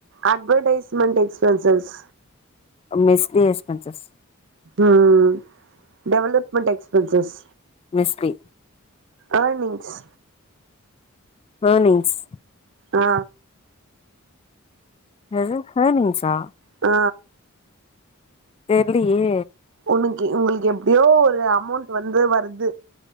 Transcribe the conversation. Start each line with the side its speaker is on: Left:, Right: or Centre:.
Right: அட்வடைஸ்மென்ட் எக்ஸ்பென்சஸ்
Left: மெஸ்லி எஸ்பன்சஸ்
Right: ம் டெவலப்மென்ட் எக்ஸ்பென்சஸ்
Left: மெஸ்லி
Right: எர்னிங்ஸ்
Left: வர்னிங்ஸ்
Right: ஆ
Left: என்னது ஹர்னிங்ஸ்ஸா
Right: அ
Left: தெர்லயே
Right: உன்னுக்கி உங்ளுக்கு எப்டியோ ஒரு அமௌண்ட் வந்து வருது